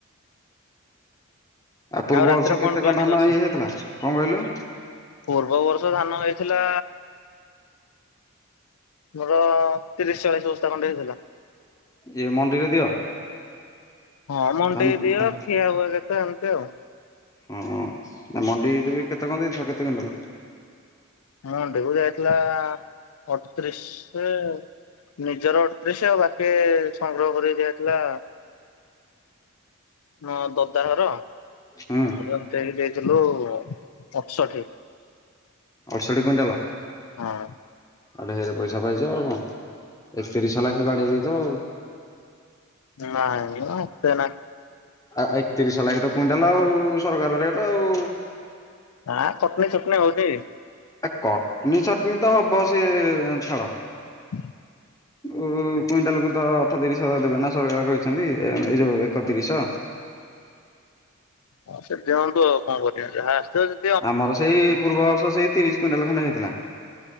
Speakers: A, on the left; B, on the left.
A: ଆଉ ପୂର୍ବ
B: ରାତିରେ
A: ବର୍ଷ କେତେ
B: କଣ ପ୍ଲାନିଂ
A: କଁ ଧାନ
B: ଅଛି?
A: ଇଏ ହେଇଥିଲା କଁ କହିଲୁ?
B: ପୂର୍ବ ବର୍ଷ ଧାନ ହେଇଥିଲା ମୋର ତିରିଶ ଚାଳିଶ ବସ୍ତା ଖଣ୍ଡେ ହେଇଥିଲା।
A: ଇଏ ମଣ୍ଡିରେ ଦିଅ।
B: ହଁ ମଣ୍ଡିରେ
A: ଧାନ
B: ଦିଅ
A: ଧା
B: ଖିଆ ହୁଏ କେତେ ଏମତି ଆଉ।
A: ହଁ ମଣ୍ଡିକି ଯୋଉ ଏ କେତେ କଁ ଦେଇଥିଲ କେତେ କୁଇଣ୍ଟାଲ।
B: ମଣ୍ଡିକୁ ଯାଇଥିଲା ଅଡତିରିଶି ନିଜର ଅଡତିରିଶି ଆଉ ବାକି ସଂଗ୍ରହ କରିକି ଦିଆହେଇଥିଲା ନ ଦଦାଘର
A: ହୁଁ
B: ଆମର ମିଶେଇକି ଦେଇଥିଲୁ ଅଠଷଠି।
A: ଅଡଷଠି କୁଇଣ୍ଟାଲ।
B: ହଁ।
A: ଆଉ ଢେରେ ପଇସା ପାଇଛ ଆଉ କଁ ଏକତିରିଶହ ଲାଖେ ବାଡେଇ ଦେଇଚ ଆଉ।
B: ନାଁଇ ମ ଏତେ ନାହିଁ।
A: ଆ ଏକତିରିଶ ଲାଖ ତ କୁଇଣ୍ଟାଲ ଆଉ ସରକାର ରେଟ୍ ଆଉ।
B: ଆଁ କଟନୀ ଛଟନୀ ହୋଉଚି।
A: ଆ କଟନୀ ଛଟନୀ ତ ହବ ସିଏ ଛାଡ।
B: <inaudible>
A: ଉ କୁଇଣ୍ଟାଲକୁ ତ ଅଠତିରିଶ ଦେବେ ନା ସରକାର କହିଚନ୍ତି। ଏଇ ଯୋଉ ଏକତିରିଶ।
B: ହଁ ସିଏ ଦିଅନ୍ତୁ ଆଉ କରିବା ଯାହା ଆସିଥିବ। ସେ
A: ଆମର ସେଇ ପୂର୍ବ ବର୍ଷ ସେଇ ତିରିଶ କୁଇଣ୍ଟାଲ ଖଣ୍ଡେ ହେଇଥିଲା।